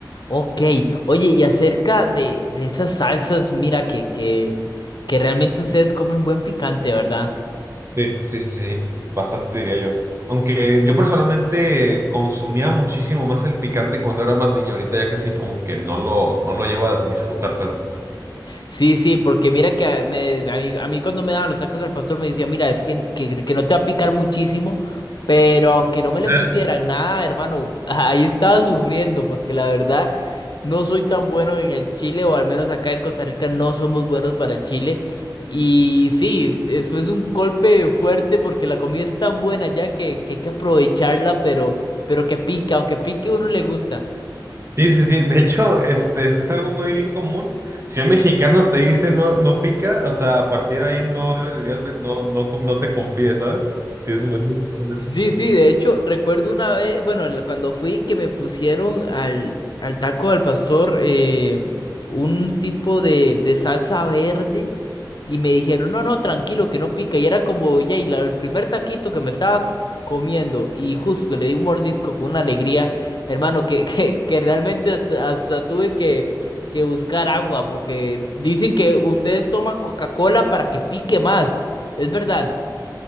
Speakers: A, on the left; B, on the right.
A: Ok, oye, y acerca de, de esas salsas, mira que, que, que realmente ustedes comen buen picante, ¿verdad?
B: Sí, sí, sí, sí, bastante diría yo. Aunque yo personalmente consumía muchísimo más el picante cuando era más niño, ahorita ya casi como que no lo, no lo llevo a disfrutar tanto.
A: Sí, sí, porque mira que a- me, a mí, a mí cuando me daban los tacos al pastor me decía, mira, es que, que, que no te va a picar muchísimo, pero aunque no me le
B: <laughs>
A: pusieran nada, hermano, <laughs> ahí estaba sufriendo, porque la verdad no soy tan bueno en el chile, o al menos acá en Costa Rica no somos buenos para el chile. Y sí, eso es un golpe fuerte porque la comida es tan buena ya que, que hay que aprovecharla, pero, pero que pica, aunque pique uno le gusta.
B: Sí, sí, sí. De hecho, este, es es algo muy común. Si un mexicano te dice no, no pica, o sea, a partir de ahí no deberías de- no, no, no te confíes, ¿sabes? Sí, es muy común
A: Sí,
B: este
A: sí, de hecho, recuerdo una vez, bueno, la- cuando fui que me pusieron al, al taco al pastor eh, un tipo de, de salsa verde y me dijeron, no, no, tranquilo, que no pica. Y era como, ya, y la- el primer taquito que me estaba c- comiendo y justo le di un mordisco con una alegría, hermano, que, <laughs> que, que realmente hasta, hasta tuve que, que buscar agua porque dicen que ustedes toman Coca-Cola para que pique más. ¿Es verdad?